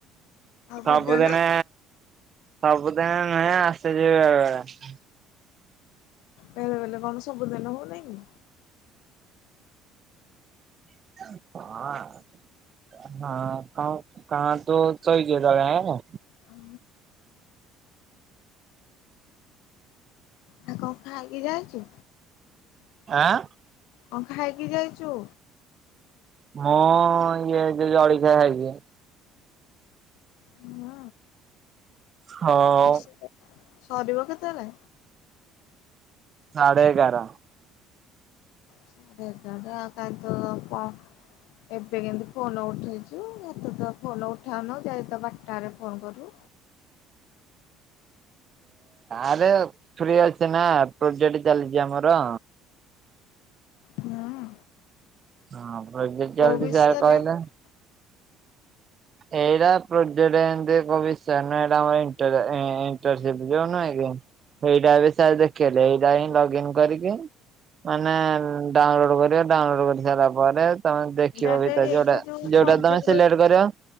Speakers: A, on the right; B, on the left.
A: ସବୁଦିନେ
B: ବିଦ୍ୟାଳୟ
A: ସବୁଦିନ ନୁହେଁ ଆସିଚି ବେଳେବେଳେ।
B: ବେଳେ ବେଳେ କଣ ସବୁ ଦିନ ହଉନେଇ କି?
A: ହଁ। ହଁ କ କଣ ତୁ ଶୋଇଚୁ ଏତୋଳ ଯାଏ?
B: ହଁ ଆଉ କଣ ଖାଇକି ଯାଉଚୁ?
A: ଆଁ?
B: କ ଖାାଇକି ଯାଇଚୁ?
A: ମୁଁ ଇଏ ଯଳିଖିଆ ଖାଇଚି।
B: ହୁଁ
A: ହଉ
B: ଆସ ସରିବ କେତେଳେ?
A: ସାଢ଼େ ଏଗାର।
B: ସାଢେ ଏଗାର ଆଉ କାଇଁ ତ କଁ ଏବେ କେମିତି ଫୋନ ଉଠେଇଚୁ ଏତେ ତ ଫୋନ ଉଠାଉନୁ ଯାଇ ତ ବାରଟାରେ ଫୋନ୍ କରୁ।
A: ଆରେ ଫ୍ରି ଅଛି ନା ପ୍ରୋଜେକ୍ଟ ଚାଲିଚି ଆମର।
B: ହୁଁ
A: ହଁ ପ୍ରୋଜେକଟ
B: କୋଉ
A: ଚାଲିଚି
B: ବିଷୟରେ
A: ସାର କହିଲେ।
B: ହୁଁ
A: ଏଇଟା ପ୍ରୋଜେଟ ଏମତି <unintelligible> ଇଣ୍ଟରସିପ ଯୋଉ ନୁହଁ କି ସେଇଟା ବି ସାର ଦେଖେଇଲେ ଏଇଟା ହିଁ ଲଗ ଇନ କରିକି ମାନେ ଡାଉନଲୋଡ କରିବ ଡାଉନଲୋଡ କରି ସାରିଲା ପରେ ତମେ ଦେଖିବ
B: ତାହେଲେ
A: ଭିତରେ
B: ଏଇଟା
A: ଯୋଉଟା
B: ଯୋଉ
A: ଯୋଉଟା
B: ପ୍ରୋଜେକ୍ଟ
A: ତମେ
B: ର
A: ସିଲେକ୍ଟ କରିବ